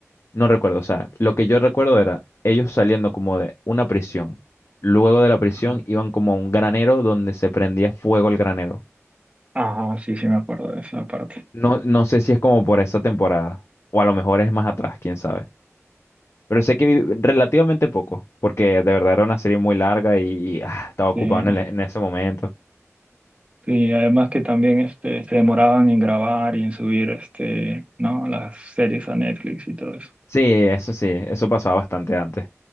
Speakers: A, on the left (about 55°); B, on the right (about 25°).
A: No recuerdo, o sea, lo que yo recuerdo era ellos saliendo como de una prisión. Luego de la prisión
B: Ajá.
A: iban como a un granero donde se prendía fuego el granero.
B: Ajá, sí, sí, me acuerdo de esa parte.
A: No, no sé si es como por esa temporada, o a lo mejor es más atrás, quién sabe. Pero sé que vi relativamente poco, porque de verdad era una serie muy larga y, y, ah, estaba ocupado
B: Sí,
A: en, el- en ese momento.
B: sí, además que también, este, se demoraban en grabar y en subir, este, ¿no? Las series a Netflix y todo eso.
A: Sí, eso sí, eso pasaba bastante antes.